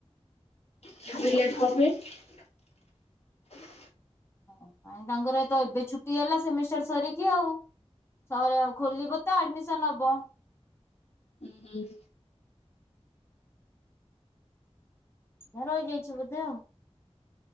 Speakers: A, on the left (about 70°); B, on the left (about 20°).
A: ଏତେ ଲେଟ କଣ ପାଇଁ?
B: ନାଇଁ ତାଙ୍କର ତ ଏବେ ଛୁ ଟି ହେଲା ସେମିଷ୍ଟର ସରିକି ଆଉ। <unintelligible> ଖୋଲିବ ତ ଆଡମିସନ ହବ।
A: ଉଁ ହୁଁ।
B: ଏ ରହି ଯାଇଚି ବୋଧେ ଆଉ।